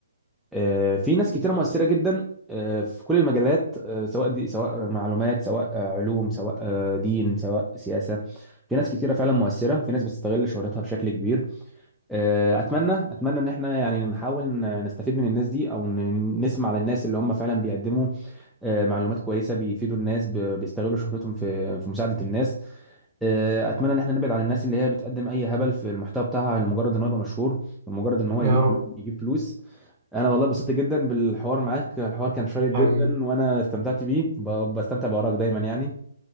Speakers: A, in the centre; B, on the right.
A: آه، في ناس كتيرة مؤثرة جدا آه، في كل المجالات آه، سواء دي سواء معلومات سواء آه، علوم سواء آه، دين سواء سياسة في ناس كتيرة فعلا مؤثرة وفي ناس بتستغل شهرتها بشكل كبير آه، أتمنى أتمنى إن احنا يعني نحاول ن- نستفيد من الناس دي أو ن- نسمع للناس اللي هم فعلا بيقدموا آه، معلومات كويسه بيفيدوا الناس ب- بيستغلوا شهرتهم في في مساعده الناس آه، اتمنى ان احنا نبعد عن الناس اللي هي بتقدم اي هبل في المحتوى بتاعها لمجرد ان هو يبقى مشهور ولمجرد ان هو
B: يا
A: يجيب
B: رب
A: فلو- يجيب فلوس انا والله اتبسطت جدا بالحوار معاك الحوار كان شيق جدا
B: حبيبي
A: وانا استمتعت بيه ب- بستمتع بارائك دايما يعني